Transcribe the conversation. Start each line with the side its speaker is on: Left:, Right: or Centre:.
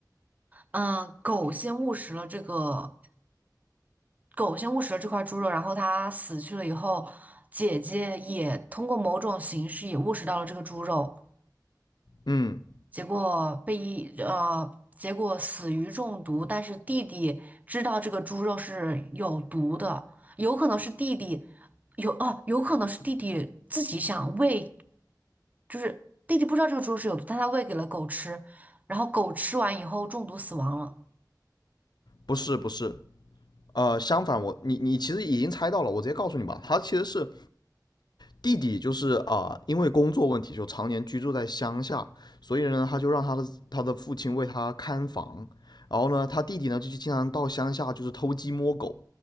Right: 嗯，呃狗先误食了这个，狗先误食了这块猪肉，然后它死去了以后，姐姐也通过某种形式也误食到了这个猪肉，
Left: 嗯，
Right: 结果被一呃，结果死于中毒。但是弟弟知道这个猪肉是有毒的，有可能是弟弟有哦，有可能是弟弟自己想喂，就是弟弟不知道这个猪肉是有毒，但他喂给了狗吃，然后狗吃完以后中毒死亡了。
Left: 不是不是，呃，相反我你你其实已经猜到了，我直接告诉你吧，他其实是弟弟就是啊、呃因为工作问题就常年居住在乡下，所以呢，他就让他的他的父亲为他看房。然后呢，他弟弟呢就就经常到乡下就是偷鸡摸狗。